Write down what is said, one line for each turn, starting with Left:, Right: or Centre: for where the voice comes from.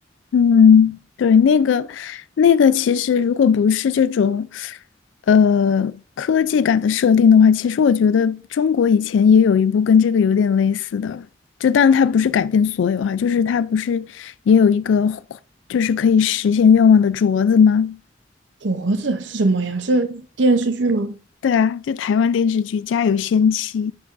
Left: 嗯，对，那个那个，其实如果不是这种呃科技感的设定的话，其实我觉得中国以前也有一部跟这个有点类似的，就但它不是改变所有哈、就是它不是也有一个就是可以实现愿望的镯子吗？
Right: 脖子是什么呀？是电视剧吗？
Left: 对啊，就台湾电视剧《家有仙妻》，